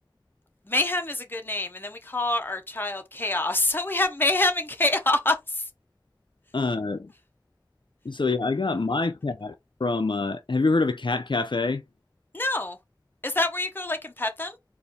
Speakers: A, on the left (about 25°); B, on the left (about 70°).
A: Mayhem is a good name and then we call our child Chaos. <laughs> So we have Mayhem and Chaos.
B: Uh, so yeah, I got my cat from. Uh, have you heard of a cat cafe?
A: <laughs> No. Is that where you go like and pet them?